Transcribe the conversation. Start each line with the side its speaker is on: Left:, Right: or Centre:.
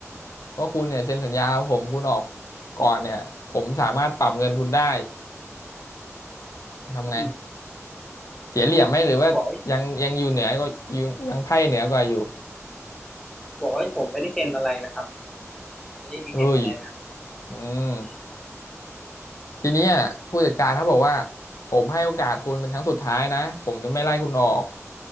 Left: ว่าคุณเนี่ยเซ็นสัญญากับผมคุณออกก่อนเนี่ยผมสามารถปรับเงินทุนได้ทำไง
Centre: อืม
Left: เสียเหลี่ยมไหมหรือว่ายังยังอยู่เหนือก็ยังยังไพ่เหนือกว่าอยู่
Centre: ครูบอกว่าบอกว่าผมไม่ได้เซ็นอะไรนะครับไม่ได้มีเซ็นอะไรนะ
Left: เฮ้ยอืม
Centre: อืม
Left: ทีเนี้ยผู้จัดการเขาบอกว่าผมให้โอกาสคุณเป็นครั้งสุดท้ายนะผมจะไม่ไล่คุณออก